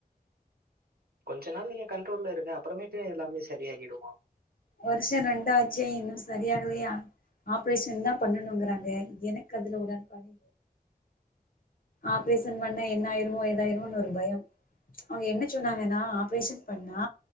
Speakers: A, on the right; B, on the left.
A: கொஞ்ச நாள் நீங்க கண்ட்ரோல்ல இருங்க அப்றமேட்டு எல்லாமே சரியாகிடுமா
B: வருஷோ ரெண்டாச்சே இன்னு சரி ஆகலயா ஆப்ரேஷன் தா பண்ணணுங்றாங்க எனக்கு அதுல உடன்பாடு ஆப்ரேஷன் பண்ண என்ன ஆயிருமோ ஏதாயிருமோனு ஒரு பயோ அவங்க என்ன சொன்னாங்கன்னா ஆப்ரேஷன் பண்ணா